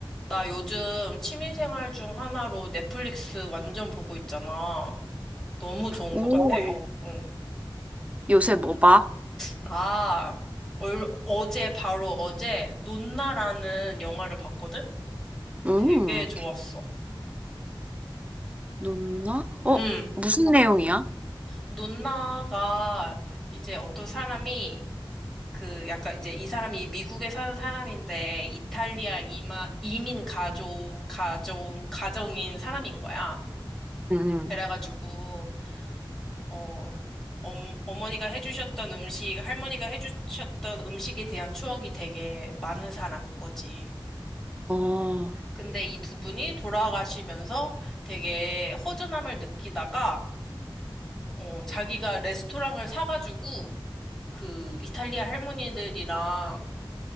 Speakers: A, in the centre; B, on the right.
A: 나 요즘 취미생활 중 하나로 넷플릭스 완전 보고 있잖아. 너무 좋은
B: 오,
A: 것 같아. 응.
B: 요새 뭐 봐?
A: 나 얼, 어제 바로 어제 논나라는 영화를 봤거든?
B: 음,
A: 되게 좋았어.
B: 눈나? 어,
A: 응.
B: 무슨 내용이야?
A: 논나가 이제 어떤 사람이 그 약간 이제 이 사람이 미국에 사는 사람인데 이탈리아 이마, 이민 가족, 가족, 가정인 사람인 거야.
B: 음, 음.
A: 그래가지고 어, 엄, 어머니가 해주셨던 음식, 할머니가 해주셨던 음식에 대한 추억이 되게 많은 사람인 거지.
B: 어,
A: 근데 이 두 분이 돌아가시면서 되게 허전함을 느끼다가, 어, 자기가 레스토랑을 사가지고 그 이탈리아 할머니들이랑